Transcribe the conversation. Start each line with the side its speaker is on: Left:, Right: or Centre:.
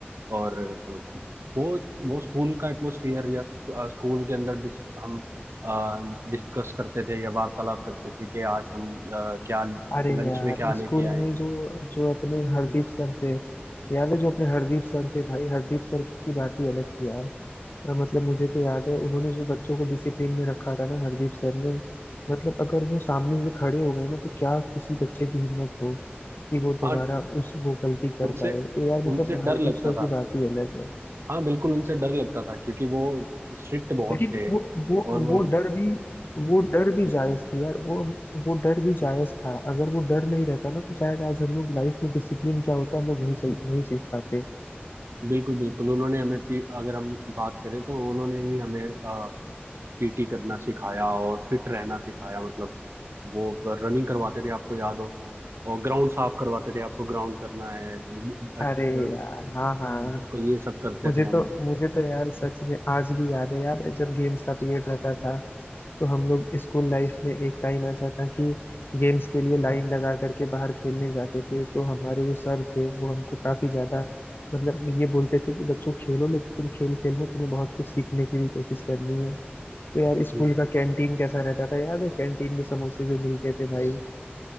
Right: और अ, वो वो स्कूल का एटमोसफियर या अ, स्कूल के अंदर डिस, हम डिस्कस करते थे या वार्तालाप करते थे कि आज हम अ, क्या लंच
Left: अरे यार
Right: में क्या लेके
Left: स्कूल
Right: आए
Left: में
Right: हैं
Left: जो जो अपने हरदीप सर थे याद है जो अपने हरदीप सर थे भाई हरदीप सर की बात ही अलग थी यार अ, मतलब मुझे तो याद है उन्होंने जो बच्चों को डिसिप्लिन में रखा था ना हरदीप सर ने मतलब अगर वो सामने से खड़े हो गए ना तो क्या किसी बच्चे की हिम्मत हो कि वो दोबारा
Right: हाँ
Left: उस वो गलती कर
Right: उनसे
Left: पाए तो यार मतलब
Right: उनसे डर
Left: हरदीप
Right: लगता
Left: सर
Right: था
Left: की बात ही अलग है
Right: हाँ बिल्कुल उनसे डर लगता था क्योंकि वो स्ट्रिक्ट बहुत
Left: लेकिन
Right: थे
Left: वो वो
Right: और वो
Left: वो डर भी वो डर भी जायज थी यार वो वो डर भी जायज था अगर वो डर नहीं रहता ना तो शायद आज हम लोग लाइफ में डिसिप्लिन क्या होता है हम लोग नहीं सही नहीं सीख पाते
Right: बिल्कुल बिल्कुल उन्होंने हमें पी, अगर हम बात करें तो उन्होंने ही हमें पीटी करना सिखाया और फिट रहना सिखाया मतलब वो रनिंग करवाते थे आपको याद हो और ग्राउंड साफ करवाते थे आपको ग्राउंड करना है अ,
Left: अरे यार हाँ हाँ
Right: बिल्कुल ये सब करते
Left: मुझे
Right: थे हम
Left: तो मुझे तो यार सच में आज भी याद है यार जब गेम्स का पीरियड रहता था तो हम लोग स्कूल लाइफ में एक टाइम ऐसा था कि गेम्स के लिए लाइन लगा करके बाहर खेलने जाते थे तो हमारे जो सर थे वो हमको काफी ज्यादा मतलब ये बोलते थे कि बच्चों खेलो लेकिन खेल खेल में तुम्हें बहुत कुछ सीखने की भी कोशिश करनी है तो यार स्कूल
Right: हम्म,
Left: का कैंटीन कैसा रहता था याद है कैंटीन में समोसे जो मिलते थे भाई